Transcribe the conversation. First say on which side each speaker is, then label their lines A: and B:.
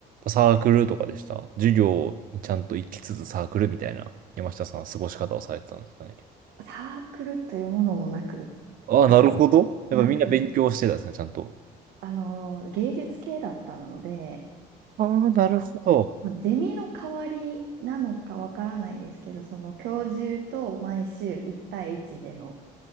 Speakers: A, on the right; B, on the right.
A: サークルとかでした授業にちゃんと行きつつサークルみたいな、山下さんは過ごし方をされてたんですかね。
B: サークルというものもなく、
A: ああ、
B: あ、
A: なるほど。やっぱみんな勉強してたんですね、
B: なく
A: ちゃんと。
B: あの、芸術系だったので、
A: ああ、なるほど。
B: あの、まあゼミの代わりなのかわからないですけど、その教授と毎週1対1での、